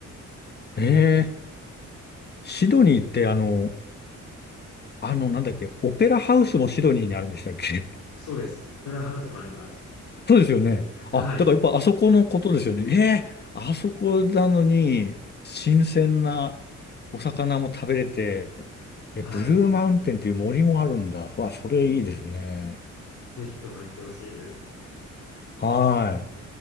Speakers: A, on the left (about 35°); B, on the left (about 75°).
A: ええシドニーってあの、あの、なんだっけ、オペラハウスもシドニーにあるんでしたっけ
B: そうです。オペラハウスもあります。
A: そうですよね。
B: はい、
A: あ、だからやっぱあそこのことですよね。ええあそこなのに、新鮮なお魚も食べれて、え、
B: はい。
A: ブルーマウンテンっていう森もあるんだ。うわ、それいいですね。
B: ぜひとも行ってほしいです。
A: はい。